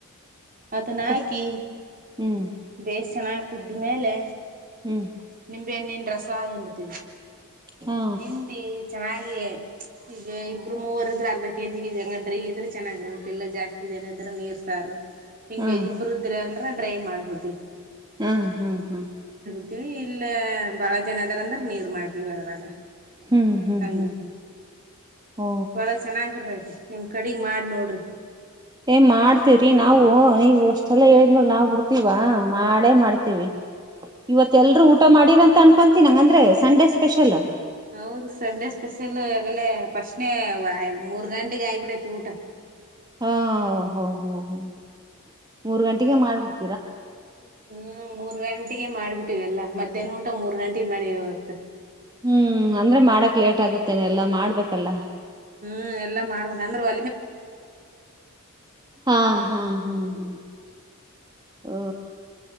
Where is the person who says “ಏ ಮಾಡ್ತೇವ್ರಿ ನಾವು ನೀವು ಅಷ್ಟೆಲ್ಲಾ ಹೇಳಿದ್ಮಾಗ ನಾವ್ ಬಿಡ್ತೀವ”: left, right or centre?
Right